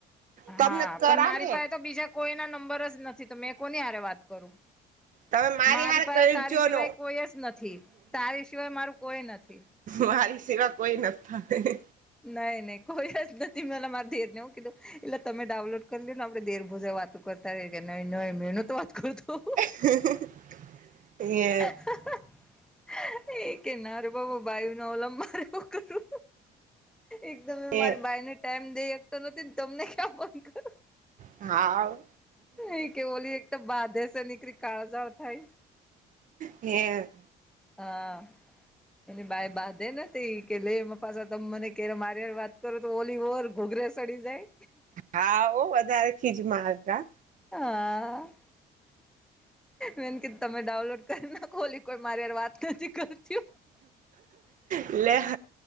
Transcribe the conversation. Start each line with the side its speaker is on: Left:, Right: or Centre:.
Centre: હા
Right: તમને
Centre: પણ
Right: રાકે.
Centre: મારી પાસે તો બીજા કોઈના નંબર જ નથી તો મેં કોની હારે વાત કરું,
Right: તમે
Centre: મારી
Right: હારે
Centre: પાસે
Right: કરજો
Centre: તારી સિવાય
Right: ન
Centre: કોઈ જ નથી તારી સિવાય મારું કોઈ નથી.
Right: મારી સિવા કોઈ ન થાય.
Centre: નઈ નહી કોઈ જ નથી મેં એને મારે દેર ને હુંકી દું એટલે તમે ડાઉનલોડ કરી લ ને આપડે દેર ભોજે વાતું કરતા. ત કે નહી ન મે એ ન તો વાત કરું તું.
Right: <inaudible> ં
Centre: એ કેના ર ભબાઈુ ન ઓલંબ અમારો. એકદમે મારી
Right: એ
Centre: બાાઈને ટાઈમ દઈ શકતો નથી ને તમને ક્યાં ફોન કરુ
Right: હા
Centre: એ કે ઓલી એક તો બાધેસ નીકળરી કાળજાઓ થાય
Right: એ
Centre: હા એની બા બાંધે નથી કે લે પાછા તમે મને ક્યારે માર વાત કરો તો ઓલી ઓવર ઘોગરે ચડી જાય
Right: હા ઓ વધારે ખીજમાં હતા
Centre: હા મેન કે તમે ડાઉનલોડ કર ના કોલી કોઈ મારે હારે વાત નથીતી કર
Right: લે